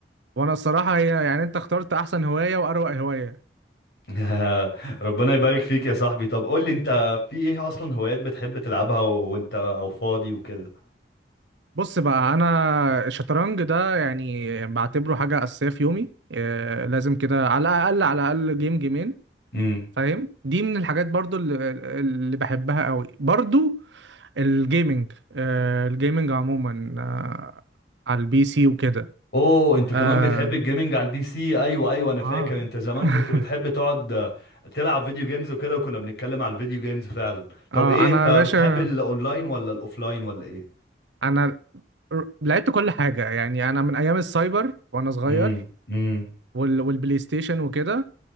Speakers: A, on the right; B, on the left.
A: وانا الصراحه هي يعني انت اخترت احسن هوايه واروق هوايه
B: <laughs> ربنا يبارك فيك يا صاحبي طب قول لي انت في ايه اصلا هوايات بتحب تلعبها و- وانت فاضي وكده
A: بص بقى انا الشطرنج ده يعني بعتبره حاجه اساسيه في يومي آه لازم كده على الاقل على الاقل جيم جيمين
B: امم
A: فاهم دي من الحاجات برضو اللي, اللي بحبها قوي برضو الجيمنج آه الجيمنج عموما آه على البي سي وكده
B: اوه انت كمان
A: اه
B: بتحب الجيمنج على البي سي ايوه ايوه انا فاكر
A: اه
B: انت زمان
A: <laughs>
B: كنت بتحب تقعد آه، تلعب فيديو جيمز وكده وكنا بنتكلم على الفيديو جيمز فعلا طب
A: اه
B: ايه
A: انا
B: انت
A: يا باشا
B: بتحب الاونلاين ولا الاوفلاين ولا ايه
A: انا ر- لعبت كل حاجه يعني انا من ايام السايبر وانا صغير
B: امم امم
A: وال والبلاي ستيشن وكده